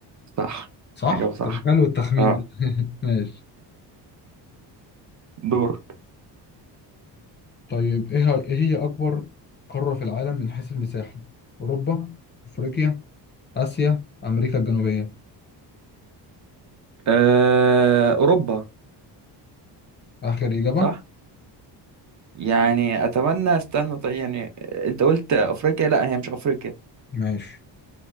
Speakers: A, on the right (about 40°); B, on the left (about 25°).
A: صح
B: صح
A: إجابة صح
B: طب حلو التخمين
A: اه
B: ده <laughs> ماشي
A: دورك
B: طيب ايه ه- ايه هي أكبر قارة في العالم من حيث المساحة؟ أوروبا أفريقيا آسيا أمريكا الجنوبية
A: آه، أوروبا
B: آخر إجابة
A: صح مم. يعني أتمنى استنى طيب يعني آه، أنت قلت أفريقيا لا هي مش أفريقيا
B: ماشي